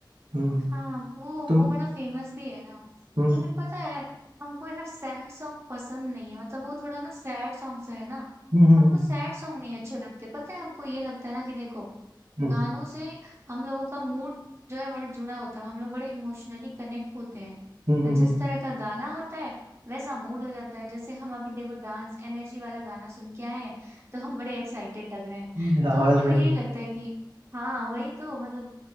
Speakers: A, on the right; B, on the right.
A: हम्म
B: हाँ वो
A: तुम
B: वो बड़ा फेमस भी है ना
A: हम्म
B: लेकिन पता है हमको यार सैड सॉन्ग पसंद नहीं है मतलब वो थोड़ा ना सैड सॉन्ग सा है ना
A: हम्म हम्म
B: हमको सैड सॉन्ग नहीं अच्छे लगते पता है हमको ये लगता है ना कि देखो
A: हम्म,
B: गानों से हम लोगों का मूड जो है बड़ा जुड़ा होता है हम लोग बड़े इमोशनली कनेक्ट होते हैं
A: हम्म,
B: तो
A: हम्म,
B: जिस तरह का गाना होता है वैसा मूड हो जाता है जैसे हम अभी देखो डांस एनर्जी वाला गाना सुन के आए हैं तो हम बड़े एक्साइटेड लग रहे हैं
A: हम्म, आवाज
B: तो हमको
A: में
B: यही
A: ही,
B: लगता है कि हाँ वही तो मतलब